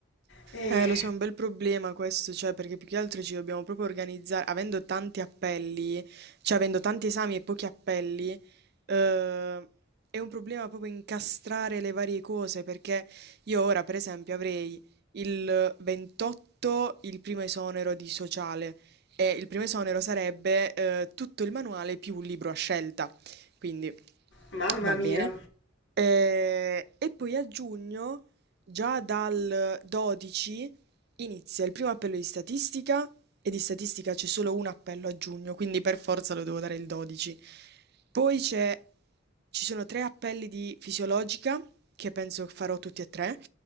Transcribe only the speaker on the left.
Eh,
mamma
mia.